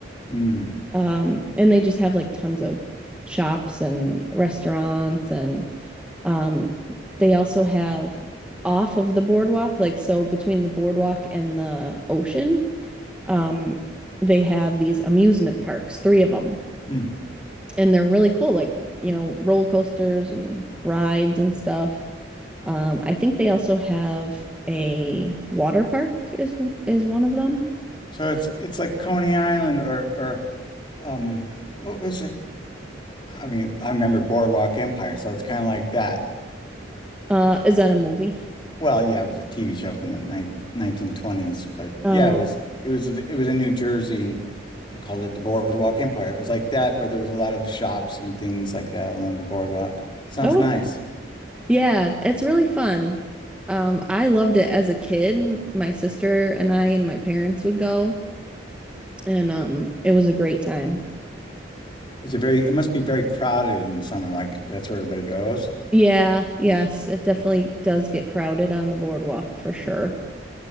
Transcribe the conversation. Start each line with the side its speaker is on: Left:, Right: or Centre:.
Left: Hmm.
Centre: Um, and they just have like tons of shops and restaurants. And um, they also have off of the boardwalk, like so between the boardwalk and the ocean um, they have these amusement parks, three of them,
Left: Hmm.
Centre: and they're really cool, like, you know, roller coasters and rides and stuff. Um, I think they also have a water park is is one of them.
Left: So it's it's like Coney Island or or um what was it? I mean, I remember Boardwalk Empire, so it's kind of like that.
Centre: Uh, is that a movie?
Left: Well, yeah, it was a TV show from the ni 1920s, but
Centre: Oh,
Left: yeah, it was it was it was in New Jersey and they called it the Boardwalk Empire. It was like that where there was a lot of shops and things like that along the boardwalk. Sounds
Centre: oh,
Left: nice.
Centre: okay. Yeah, it's really fun. Um, I loved it as a kid. My sister and I and my parents would go, and um, it was a great time.
Left: It's a very it must be very crowded in the summer, like that's where everybody goes.
Centre: Yeah, yes, it definitely does get crowded on the boardwalk for sure.